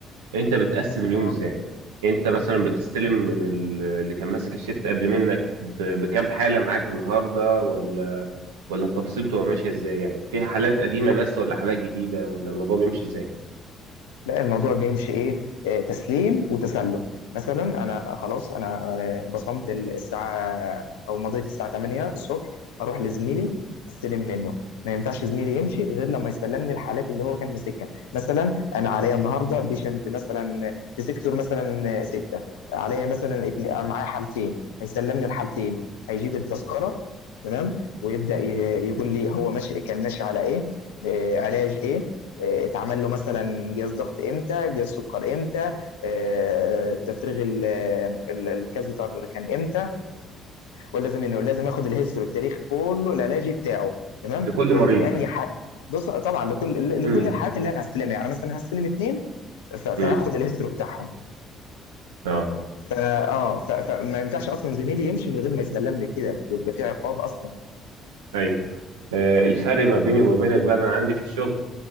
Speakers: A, on the right; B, on the left.
A: انت بتقسم اليوم
B: اه
A: ازاي انت مثلا بتستلم من ال- اللي كان ماسك الشيفت قبل منك ب- بكام حالة معاك النهاردة ولا ولا التفاصيل بتبقى ماشية ازاي يعني فيها حالات قديمة بس ولا حالات جديدة ولا الموضوع بيمشي ازاي
B: لا الموضوع بيمشي ايه آه، تسليم وتسلم مثلا انا خلاص انا آه، بصمت ال- الساعه او مضيت الساعه 8 الصبح اروح لزميلي استلم منه ما ينفعش زميلي يمشي غير لما يسلمني الحالات اللي هو كان ماسكها مثلا انا عليا النهارده بيشنت مثلا في سيكتور مثلا ستة عليا مثلا اتنين- آه، معايا حالتين هيسلمني الحالتين هيجيب التذكره تمام ويبدا ي- يقول لي هو ماشي كان ماشي على ايه آه، علاج ايه آه، اتعمل له مثلا جهاز ضغط امتى جهاز سكر امتى آه، تفريغ ال- ال- الكازيتر كان امتى ولازم انه لازم ياخد الهيستوري التاريخ كله العلاجي بتاعه تمام
A: لكل
B: ولو
A: مريض
B: في اي حاجه بص طبعا لكل
A: امم
B: لكل الحالات اللي انا هستلمها يعني مثلا هستلم اتنين ف- فهاخد
A: امم
B: الهيستوري بتاعهم
A: اه
B: فا اه ف- فما ينفعش اصلا زميلي يمشي من غير ما يسلمني كده ويبقى في عقاب اصلا
A: ايوه آه، الفرق ما بيني وما بينك بقى انا عندي في الشغل